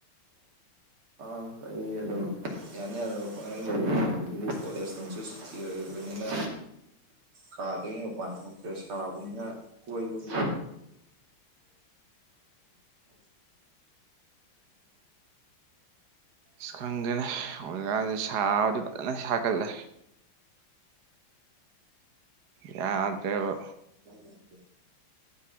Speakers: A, on the right; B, on the right.
A: ꯑ ꯀꯩ ꯑꯗꯨꯝ ꯌꯥꯅꯤ ꯑꯔꯣ ꯄ ꯂꯩ ꯀꯂꯦꯁ ꯂ ꯁꯤꯇꯤ ꯑꯣꯏꯅꯤꯅ ꯈꯥꯗ ꯄ ꯐ ꯁꯥꯕꯅꯤꯅ ꯀꯣꯏꯕꯨꯁꯨ <inaudible>
B: ꯑ ꯈꯪꯗꯦꯅ ꯍꯧꯖꯤꯛꯀꯥꯟꯁꯤꯦ ꯁꯥꯕꯨꯗꯤ ꯐꯖꯅ ꯁꯥꯒꯠꯂꯦ ꯌꯥꯗꯕ
A: <inaudible>